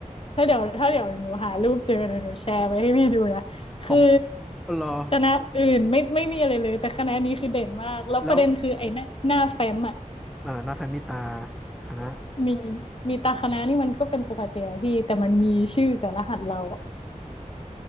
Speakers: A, on the left (about 45°); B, in the centre.
A: ถ้าเดี๋ยวถ้าเดี๋ยวหนูหารูปเจอเดี๋ยวหนูแชร์ไปให้พี่ดูนะคือ
B: ของเหรอ
A: คณะอื่นไม่ไม่มีอะไรเลยแต่คณะนี้คือเด่นมากแล้วประเด็นคือไอ้หน้าหน้าแฟ้มอ่ะ
B: แล้วอ่าหน้าแฟ้มมีตาคณะ
A: มีมีตาคณะนี่มันก็เป็นปกติอะพี่แต่มันมีชื่อกับรหัสเราอะ